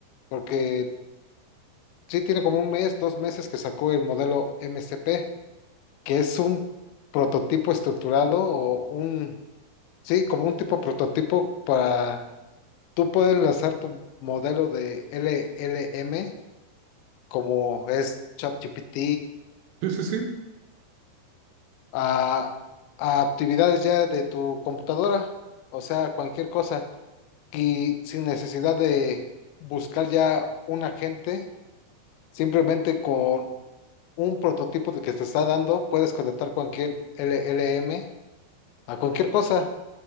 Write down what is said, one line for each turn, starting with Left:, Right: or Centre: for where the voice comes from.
Left: porque sí tiene como un mes, dos meses que sacó el modelo MCP, que es un prototipo estructurado o un, sí, como un tipo prototipo para tú poder enlazar tu modelo de LLM como es ChatGPT,
Right: Sí, sí, sí.
Left: a, a actividades ya de tu computadora, o sea, cualquier cosa, y sin necesidad de buscar ya un agente, simplemente con un prototipo de que te está dando, puedes conectar cualquier LLM a cualquier cosa.